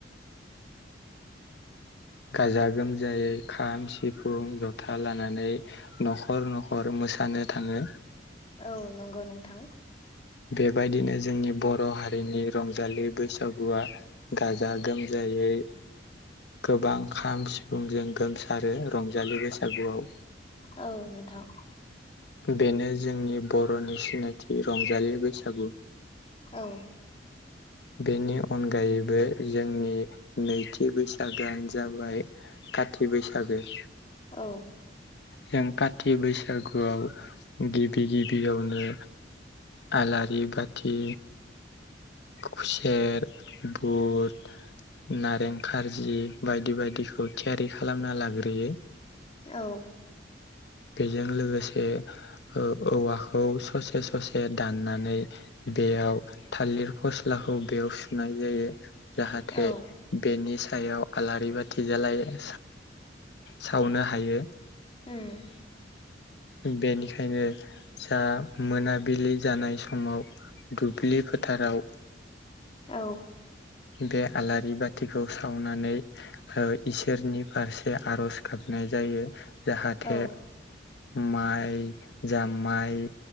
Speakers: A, on the left; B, on the left.
A: गाजा गोमजायै खाम सिफुं जथा लानानै न'खर न'खर मोसानो थाङो
B: औ नंगौ नोंथां
A: बेबायदिनो जोंनि बर' हारिनि रंजालि बैसागुआ गाजा गोमजायै गोबां खाम सिफुंजों गोमसारो रंजालि बैसागुआव
B: औ नोंथां
A: बेनो जोंनि बर'नि सिनायथि रंजालि बैसागु
B: औ
A: बेनि अनगायैबो जोंनि नैथि बैसागोआानो जाबाय काथि बैसागो
B: औ
A: जों कथि बैसागुआव गिबि गिबियावनो आलारि बाथि खुसेर बुद नारें खार्जि बायदि बायदिखौ थियारि खालामना लाग्रोयो
B: औ
A: बेजों लोगोसे औवाखौ ससे ससे दाननानै बेयाव थालिर फस्लाखौ बेयाव सुनाय जायो जाहाथे
B: औ
A: बेनि सायाव आलारि बाथि जालायो सावनो हायो
B: <unintelligible>
A: बेनिखायनो जा मोनाबिलि जानाय समाव दुब्लि फोथाराव
B: औ
A: बे आलारि बाथिखौ सावनानै इसोरनि फारसे आर'ज गाबनाय जायो जाहाथे
B: औ
A: माइ जामाइ